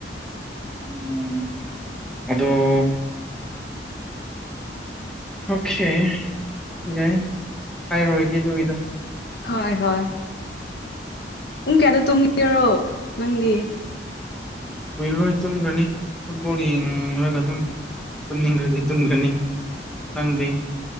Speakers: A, in the centre; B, on the left.
A: ꯎꯝ ꯑꯗꯣ ꯑꯣꯀꯦ ꯌꯥꯏ ꯍꯥꯏꯔꯣꯏꯒꯦ ꯑꯗꯨꯒꯤꯗꯣ
B: ꯍꯣꯏ ꯍꯣꯏ ꯄꯨꯡ ꯀꯌꯥꯗ ꯇꯨꯝꯒꯦꯔꯣ ꯅꯪꯗꯤ
A: ꯀꯨꯏꯔꯔꯣꯏ ꯇꯨꯝꯈ꯭ꯔꯅꯤ ꯐꯨꯠꯕꯣꯜ ꯌꯦꯡꯈꯒ ꯑꯗꯨꯝ ꯇꯨꯝꯅꯤꯡꯈ꯭ꯔꯗꯤ ꯇꯨꯝꯈ꯭ꯔꯅꯤ ꯅꯪꯗꯤ